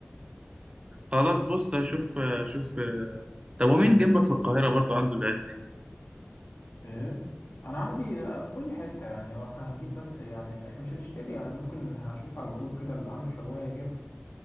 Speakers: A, on the right; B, on the left.
A: خلاص بص هشوف شوف طب ومين جنبك في القاهرة برضو عنده العيادة دي
B: ايه انا عندي في كل حتة يعني هو احنا هنجيب بس يعني احنا مش هنشتري يعني ممكن هشوف على الجروب كده اللي عنده شواية يجيبها